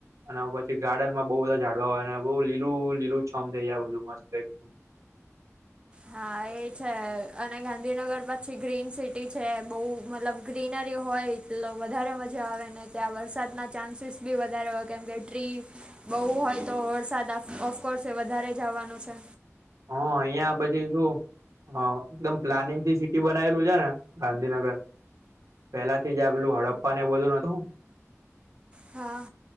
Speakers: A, on the right (about 80°); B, on the right (about 20°).
A: અને પછી ગાર્ડનમાં બહુ બધા ઝાડવા હોય ને બહુ લીલું લીલું છમ થઈ જાય બધું મસ્ત એકદમ.
B: હા એ છે અને ગાંધીનગર પછી ગ્રીન સિટી છે બહ મતલબ ગ્રીનરી હોય એટ વધારે મજા આવે ને ત્યાં વરસાદના ચાન્સીસ બી વધારે હોય કેમ કે ટ્રી બઉુ હોય તો વરસાદ ઓફકોર્સ એ વધારે જવાનો છે.
A: હા અહિયાં પછી શું. હ એકદમ પ્લાનિંગ થી સિટી બનાયલું છે, ને ગાંધીનગર પેલાથી જ આ પેલું હડપ્પા ને બધુ નોતું.
B: હા.